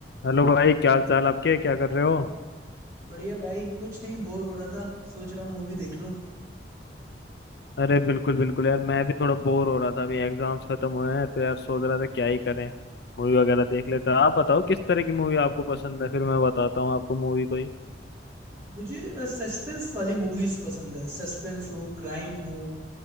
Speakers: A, on the left; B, on the right.
A: हेलो भाई क्या हाल चाल आपके क्या कर रहे हो
B: बढ़िया भाई कुछ नहीं बोर हो रहा था सोच रहा हूँ मूवी देख लूं
A: अरे बिल्कुल बिल्कुल यार मैं भी थोड़ा बोर हो रहा था अभी एग्जाम्स खत्म हुए हैं तो यार सोच रहा था क्या ही करें मूवी वगैरह देख लेता आप बताओ किस तरह की मूवी आपको पसंद है फिर मैं बताता हूँ आपको मूवी कोई
B: मुझे सस्पेंस वाली मूवीज पसंद है सस्पेंस हो क्राइम हो